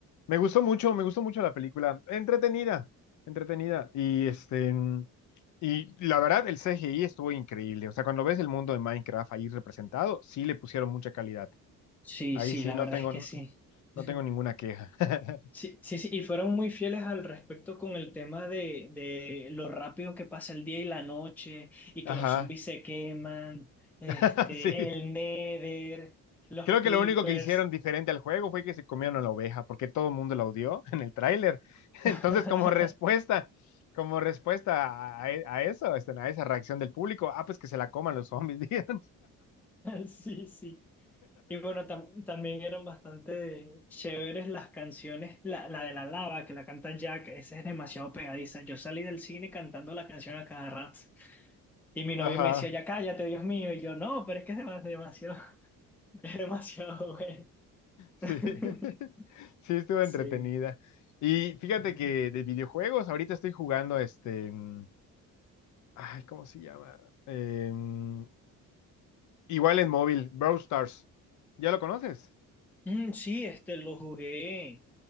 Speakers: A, on the left; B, in the centre.
A: Me gustó mucho, me gustó mucho la película. Entretenida, entretenida. Y este, mm, y la verdad, el CGI estuvo increíble. O sea, cuando ves el mundo de Minecraft ahí representado, sí le pusieron mucha calidad.
B: Sí,
A: Ahí
B: sí,
A: sí
B: la
A: no
B: verdad
A: tengo,
B: es que
A: no
B: sí.
A: no
B: <laughs>
A: tengo ninguna queja. <laughs>
B: Sí, sí, sí, y fueron muy fieles al respecto con el tema de, de lo rápido que pasa el día y la noche, y que
A: Ajá.
B: los zombies se queman, este,
A: <laughs> Sí.
B: el Nether, los
A: Creo
B: creepers.
A: que lo único que hicieron diferente al juego fue que se comieron a la oveja, porque todo el mundo la odió <laughs> en el tráiler. <laughs>
B: <laughs>
A: Entonces, como respuesta, como respuesta a, a a eso, este, a esa reacción del público, ah, pues que se la coman los zombies, <laughs> digan.
B: Sí, sí. Y bueno, tam- también eran bastante chéveres las canciones. La, la de la lava que la canta Jack, esa es demasiado pegadiza. Yo salí del cine cantando la canción a cada rato. Y mi novio
A: Ajá,
B: me decía, ya cállate, Dios mío. Y yo, no, pero es que es dem- demasiado. <laughs> Es demasiado bueno.
A: sí.
B: <laughs>
A: <laughs> Sí, estuvo
B: Sí.
A: entretenida. Y fíjate
B: Ujú.
A: que de videojuegos, ahorita estoy jugando este, mm, ay, ¿cómo se llama? Em, igual en móvil, Brawl Stars. ¿Ya lo conoces?
B: Mm, sí, este lo jugué.